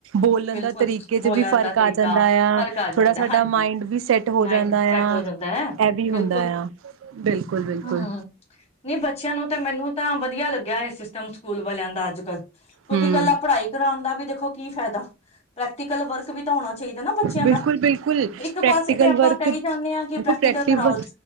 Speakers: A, on the right (about 90°); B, on the left (about 35°).
A: ਬੋਲਣ
B: ਬਿਲਕੁਲ
A: ਦਾ ਤਰੀਕੇ 'ਚ
B: ਬੋਲਣ
A: ਵੀ ਫਰਕ
B: ਦਾ ਤਰੀਕਾ
A: ਆ ਜਾਂਦਾ ਆ,
B: ਫ਼ਰਕ ਜਾਂਦਾ
A: ਥੋੜਾ ਸਾਡਾ
B: ਹਾਂਜੀ
A: ਮਾਇੰਡ ਵੀ ਸੈਟ ਹੋ
B: ਮਾਇੰਡ
A: ਜਾਂਦਾ
B: ਸੈਟ
A: ਆ,
B: ਹੋ ਜਾਂਦਾ ਹੈ
A: ਐ ਵੀ ਹੁੰਦਾ
B: ਬਿਲਕੁਲ
A: ਆ ਬਿਲਕੁਲ-ਬਿਲਕੁਲ
B: ਹੂੰ, ਨਹੀਂ ਬੱਚਿਆਂ ਨੂੰ ਤੇ ਮੈਨੂੰ ਤਾਂ ਵਧੀਆ ਲੱਗਿਆ ਇਹ ਸਿਸ ਟਮ ਸਕੂਲ ਵਾਲਿਆਂ ਦਾ ਅੱਜ ਕੱਲ ਕਿਉਂਕਿ
A: ਹੂੰ
B: ਇਕੱਲਾ ਪੜ੍ਹਾਈ ਦਾ ਵੀ ਦੇਖੋ, ਕੀ ਫਾਇਦਾ ਪ੍ਰੈਕਟੀਕਲ ਵਰਕ ਵਿੱਚ ਹੋਣਾ ਚਾਹੀਦਾ ਨਾ ਬੱਚਿਆਂ
A: ਬਿਲਕੁਲ
B: ਦਾ
A: ਬਿਲਕੁਲ
B: ਇੱਕ
A: ਪ੍ਰੈਕਟੀਕਲ
B: ਪਾਸੇ ਤੇ ਆਪਾਂ
A: ਵਰਕ
B: ਕਹੀ
A: ਦੇਖੋ
B: ਜਾਂਦੇ ਹਾਂ ਕਿ ਪ੍ਰੈਕਟੀਕਲ
A: ਪ੍ਰੈਕਟਿਵ
B: ਕਰਾਓ,